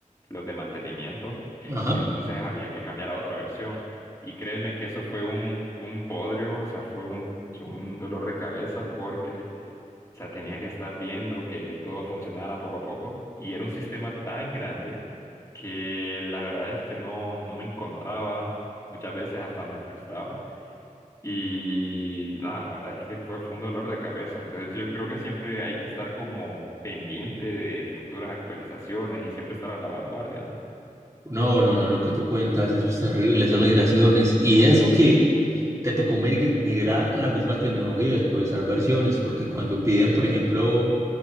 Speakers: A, on the left; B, on the right.
A: los de mantenimiento,
B: ajá.
A: entonces había que cambiar a otra versión. Y créeme que eso fue un, un bodrio, o sea, fue un, un dolor de cabeza porque o sea, tenía que estar viendo que todo funcionara poco a poco. Y era un sistema tan grande que la verdad es que no, no me encontraba. Muchas veces hasta me frustraba. Y nada, la verdad es que fue, fue un dolor de cabeza. Entonces yo creo que siempre hay que estar como pendiente de futuras actualizaciones y siempre estar a la vanguardia, ¿no?
B: No, no, no, lo que tú cuentas, eso es terrible, esas migraciones. Y eso que te tocó mig- migrar a la misma tecnología, actualizar versiones, porque cuando piden, por ejemplo,